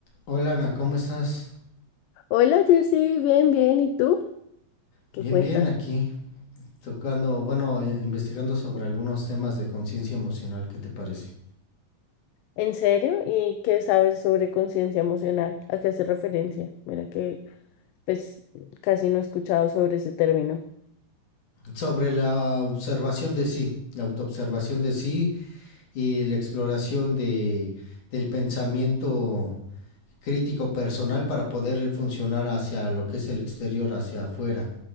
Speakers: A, on the left; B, on the left.
A: Hola Ana, ¿cómo estás?
B: Hola Jersey, bien, bien. ¿Y tú?
A: Bien,
B: ¿Qué cuentas?
A: bien, aquí tocando, bueno, eh, investigando sobre algunos temas de conciencia emocional, ¿qué te parece?
B: ¿En serio? ¿Y qué sabes sobre conciencia emocional? ¿A qué hace referencia? Mira que pues casi no he escuchado sobre ese término.
A: Sobre la observación de sí, la autoobservación de sí y la exploración de, del pensamiento crítico personal para poder funcionar hacia lo que es el exterior, hacia afuera.